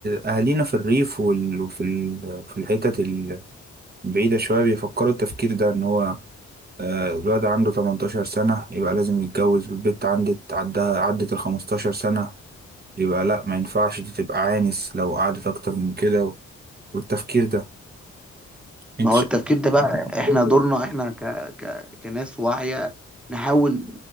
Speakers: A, on the right; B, in the centre.
A: اهالينا في الريف وال- وفي ال- في الحتت البعيده شويه بيفكروا التفكير ده ان هو آه، الولد عنده 18 سنه يبقى لازم يتجوز والبنت عدت عدها عدت ال 15 سنه يبقى لا ما ينفعش دي تبقى عانس لو قعدت اكتر من كده والتفكير ده انت
B: ما هو
A: شايف
B: التفكير ده بقى إحنا
A: الموضوع
B: دورنا
A: ده
B: إحنا ك... ك... كناس واعية نحاول